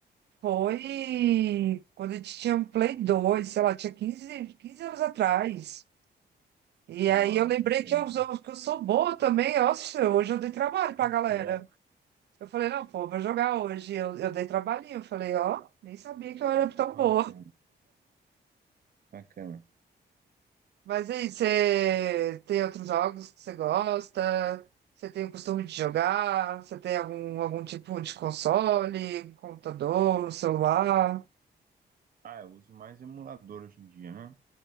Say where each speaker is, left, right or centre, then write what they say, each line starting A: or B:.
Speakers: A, on the right; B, on the right.
A: foi quando a gente tinha um Play 2, sei lá, tinha quinze quinze anos atrás. E
B: Uau,
A: aí eu lembrei
B: faz tempo.
A: que eu, sou-
B: hein?
A: que eu sou boa também. Nossa, hoje eu dei trabalho pra galera.
B: Futebol,
A: Eu falei, não, pô, vou jogar hoje. Eu, eu dei trabalhinho. Eu falei, ó, nem sabia que eu era tão
B: bacana,
A: boa.
B: bacana.
A: Mas e aí, você tem outros jogos que você gosta? Você tem o costume de jogar? Você tem algum, algum tipo de console, computador, celular?
B: Ah, eu uso mais emulador hoje em dia, né?